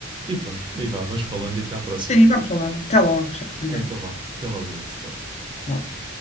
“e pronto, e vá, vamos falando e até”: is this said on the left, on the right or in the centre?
Right